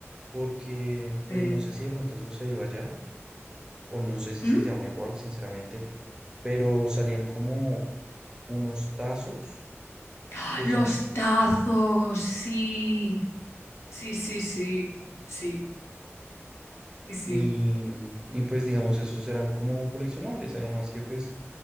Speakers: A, on the right; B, on the left.
A: porque
B: eh,
A: pues no sé si de pronto eso se iba allá, o no sé si
B: ¿mm?
A: se llama igual, sinceramente, pero salían como unos tazos
B: ¡Ah,
A: que
B: Los
A: son, co-
B: tazos, sí. Sí, sí, sí, sí. Sí, sí.
A: y, y pues digamos, esos eran como coleccionables, además que pues